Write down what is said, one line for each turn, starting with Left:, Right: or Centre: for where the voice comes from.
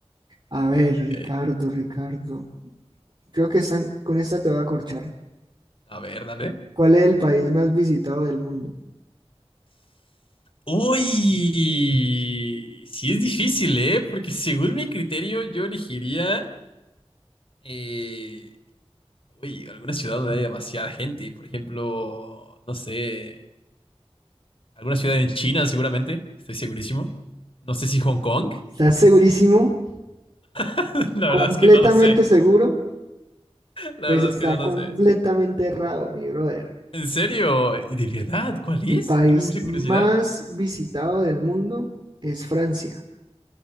Right: A ver,
Left: Ok,
Right: Ricardo, Ricardo. Creo que están, con esta te voy a corchar.
Left: A ver, dale.
Right: ¿Cuál es el país más visitado del mundo?
Left: Uy, sí es difícil, ¿eh? Porque según mi criterio yo elegiría, eh, uy, alguna ciudad donde haya demasiada gente, por ejemplo, no sé, alguna ciudad en China seguramente, estoy segurísimo. No sé si Hong Kong,
Right: ¿Estás segurísimo?
Left: <laughs> la
Right: ¿Completamente
Left: verdad es que no lo sé,
Right: seguro?
Left: la
Right: Pues
Left: verdad
Right: está
Left: es que no lo
Right: completamente
Left: sé.
Right: errado, mi brother.
Left: ¿En serio? ¿De verdad? ¿Cuál
Right: El
Left: es?
Right: país
Left: Tengo mucha
Right: más
Left: curiosidad.
Right: visitado del mundo es Francia.